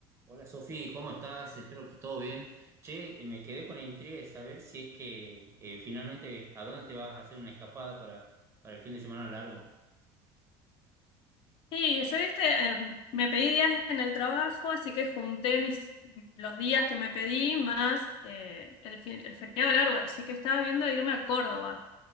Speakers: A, on the right; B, on the left.
A: Hola Sofi, ¿cómo estás? Espero que todo bien. Che, eh, me quedé con la intriga de saber si es que eh, finalmente a dónde te vas a hacer una escapada para, para el fin de semana largo.
B: Sí, yo viste, eh, me pedí días en el trabajo, así que junté mis, los días que me pedí más eh, el, fin- el feriado largo, así que estaba viendo de irme a Córdoba.